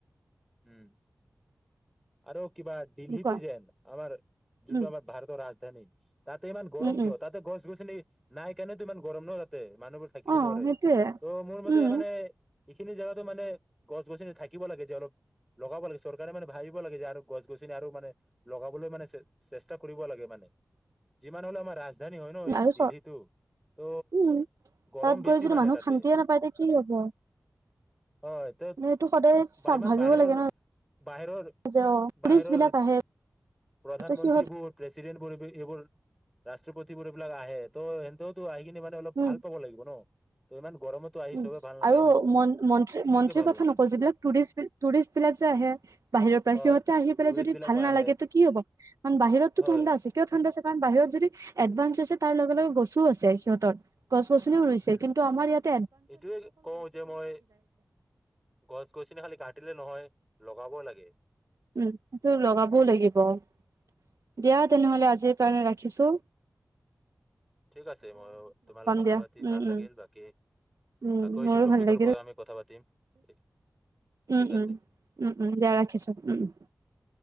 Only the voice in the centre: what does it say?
উম। আৰু। কিবা দিল্লীতে
যেন আমাৰ যোনটো
আমাৰ ভাৰতৰ ৰাজধানী তাতে ইমান গৰম
কিয়
তাতে গছ গছনি। নাইকাৰনে তো ইমান গৰম ন তাতে। মানুহবোৰ থাকিব
নোৱাৰে
ত' মোৰ মতে
মানে। এইখিনি জেগাতো মানে গছ গছনি থাকিব লাগে যে অলপ লগাব লাগে চৰকাৰে মানে ভাবিব। লাগে আৰু গছ গছনি আৰু মানে লগাবলৈ মানে। চেষ্টা কৰিব লাগে মানে। যিমান হ'লো আমাৰ ৰাজ- ৰাজধানী হয় ন
দিল্লীটো
ত'
গৰম
বেছি
মানে
তাতে।
হয় তে
বা ইমান
বাহিৰৰ
বাহিৰৰ-
বাহিৰৰ
প্ৰধানমন্ত্ৰীবোৰ
প্ৰেচিডেণ্ট কৰি কৰি এইবোৰ- ৰাষ্ট্ৰপতিবোৰ এইবিলাক আহে ত' সেতও তো আহি- মানে অলপ
ভাল পাব লাগিব ন। তো ইমান- গৰমতো আহি
চবে ভাল নাপায়
ন
এইটোকে ভাবো
মই
হয়।
টুৰিষ্ট
বিলাকো
আহে
হয়।
উম,
এইটোয়ে কওঁ যে মই গছ-গছিনি খালি কাটিলে নহয় লগাব লাগে।
ঠিক আছে মই তোমাৰ লগত কথা
পাতি
ভাল
লাগিল। বাকী
আকৌ এইটো
টপিকৰ
ওপৰত আমি কথা পাতিম। ঠিক-
ঠিক আছে